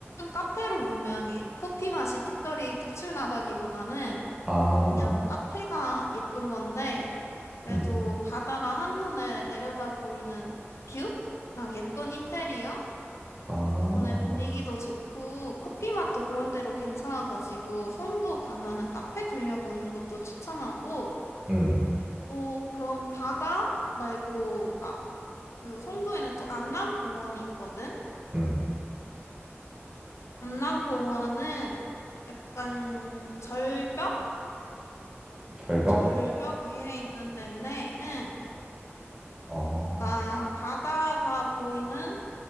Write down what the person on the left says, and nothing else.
카페로 유명해. 커피 맛이 특별히 특출나다기보다는
그냥 카페가 예쁜 건데, 그래도
바다가 한눈에 내려다 보이는 뷰랑 예쁜 인테리어?
덕분에 분위기도 좋고, 커피 맛도 그런 데로 괜찮아가지고, 송도 가면은 카페 들려보는 것도 추천하고,
또 그런 바다 말고, 아, 그 송도에는 또 안남공원이 있거든?
안남공원은 약간 절벽?
절벽 위에 있는 데인데, 응.
그러니까 바다가 보이는